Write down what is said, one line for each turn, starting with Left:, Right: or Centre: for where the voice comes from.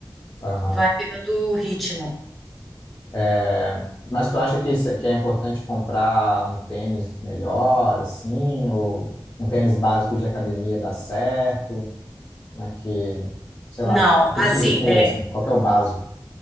Left: Aham.
Centre: vai pegando o ritmo.
Left: É, Mas tu acha que, se- que é importante comprar um tênis melhor, assim? Ou um tênis básico de academia dá certo? Como é que, sei
Centre: Não,
Left: lá, o que
Centre: assim,
Left: eu preciso ter,
Centre: é...
Left: assim, qual que é o básico?